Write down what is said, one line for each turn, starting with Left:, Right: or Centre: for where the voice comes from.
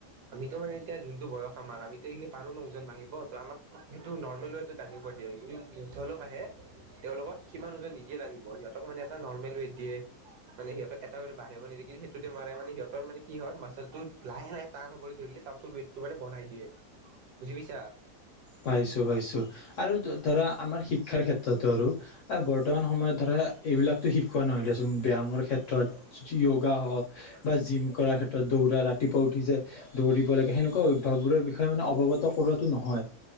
Right: আমিতো মানে এতিয়া যোনটো বয়স আমাৰ আমিতো এ পাৰো ন ওজন ভাঙিব ত আমাক সেইটো নৰ্মেল হয়টো দাঙিব দিয়ক কিন্তু বৃদ্ধ লোক আহে তেওঁলোকক সিমান ওজন নিদিয়ে দাঙিব সিহঁতক মানেটা নৰ্মেল ৱেট দিয়ে মানে সিহঁত এটা ৱ বাঢ়িব নিদিয়ে কিন্তু সেইটোতে মাৰে মানে সিহঁতৰ মানে কি হয় মাচলটো লাহে লাহে টান হবলৈ ধৰিলে তাৰ পিছত ৱেইটটো মানে বঢ়াই দিয়ে বুজি পাইছা?
Left: পাইছোঁ, পাইছোঁ আৰু ধৰা আমাৰ শিক্ষাৰ ক্ষেত্ৰতো আৰু বৰ্তমান সময়ত ধৰা এইবিলাকতো শিকোৱা নহয় দেচোন ব্যায়ামৰ ক্ষেত্ৰত য়োগা হওক বা জিম কৰাৰ ক্ষেত্ৰত দৌৰা ৰাতিপুৱা উঠি যে দৌৰিব লাগে সেনেকুৱা অভ্যাসবোৰৰ বিষয়ে মানে অৱগত কৰোৱাটো নহয়।